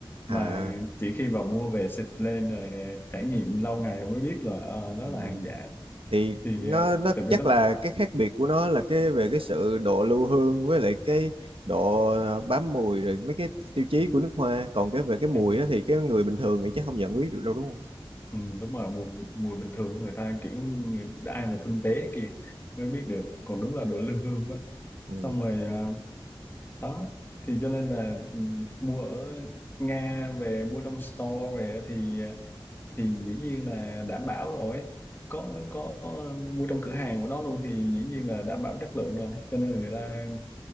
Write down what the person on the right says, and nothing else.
à
ừ.
thì
nó
nó
chắc
là cái khác biệt của nó là cái về cái sự độ lưu hương với lại cái độ ờ, bám mùi rồi mấy cái tiêu chí của nước hoa còn cái về cái mùi
á thì cái người bình thường thì chắc không nhận biết được đâu đúng không
ừ.